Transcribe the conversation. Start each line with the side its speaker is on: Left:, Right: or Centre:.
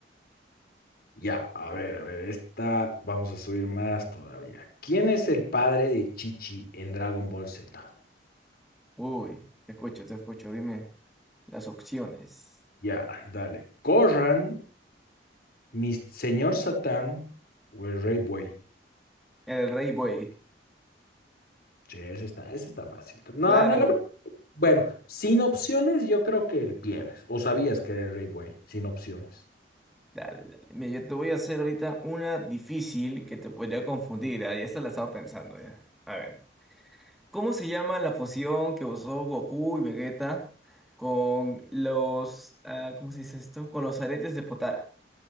Left: ya, a ver, a ver, esta vamos a subir más todavía. ¿Quién es el padre de Chichi en Dragon Ball Z?
Centre: Uy, te escucho, te escucho. Dime las opciones.
Left: Ya, dale. Corran, mi señor Satán o el Rey Buey.
Centre: El Rey Buey.
Left: Sí, ese está, ese está fácil. No,
Centre: Claro.
Left: no, la verdad Bueno, sin opciones, yo creo que el pierdes. O sabías que era el Rey Buey, sin opciones.
Centre: Dale, dale. Mira, yo te voy a hacer ahorita una difícil que te podría confundir. ah, Ya se la estaba pensando ya. A ver. ¿Cómo se llama la fusión que usó Goku y Vegeta con los... ah, ¿cómo se dice esto? Con los aretes de Potara.